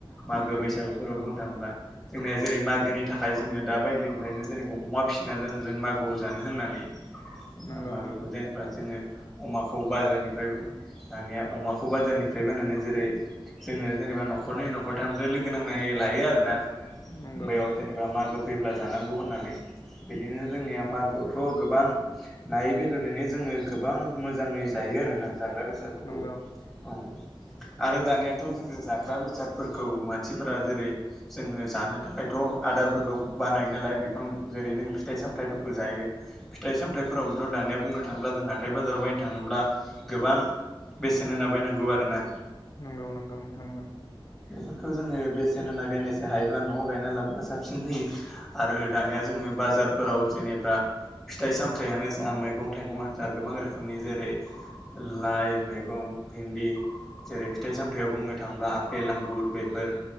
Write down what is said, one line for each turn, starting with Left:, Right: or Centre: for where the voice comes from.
Centre: मागो
Left: नंगौ
Centre: बैसागुफोराव बुं <unintelligible> जोंनिया जेरै मागोनि थाखाय जोङो दा बायदिनिफ्रायनो जेनेबा अमा फिसिना दोन जों मागोआव जानो होननानै
Left: नंगौ
Centre: मागोखौ
Left: नंगौ
Centre: जेनेबा जोङो अमाखौ बाजारनिफ्राय बायना दानिया अमाखौ बाजारनिफ्राय बायनानै जेरै जोङो जेनेबा न'खरनै न' खरथामदो लोगो नांनाय लायो आरोना जोङो
Left: नंगौ
Centre: बेयाव
Left: नंगौ
Centre: जेनेबा मागो फैब्ला जानांगौ होननानै बिदिनो जोंनिया मागोआव थ' गोबां नायै बेदनैनो जोङो गोबां मोजाङै जायो आरोना जाग्रा बेसादफोरखौ
Left: नंगौ
Centre: औ आरो दानियाथ' जोङो जाग्रा बेसाद फोरखौ मानसिफोरा जेरै जोङो जानो थाखायथ' आदारफोरखौ बानाय नालाय बिफां जेरै जोङो फिथाइ सामथायाइफोरखौ जायो फिथाइ सामथाइफोरावबोथ' दानिया बुंनो थाङोब्ला जों हाथाय बाजाराव बायनो थाङोब्ला गोबां बेसेन होना बायनांगौ आरोना
Left: नंगौ नंगौ नोंथां नंगौ
Centre: बेफोरखौ जोङो बेसेन होना बायनायसाय हायोब्ला न'आव गायना लाब्ला साबसिन जायो आरो दानिया जों ओ बाजारफोराव जेनेबा फिथाइ सामथायाइयानो जा मैगं थाइगंआनो जा गोबां रोखोमनि जेरै लाइ मैगं भिन्दि जेरै फिथाइ सामथायाव बुंनो थाङोब्ला आपेल आंगुर आंगुर बेफोर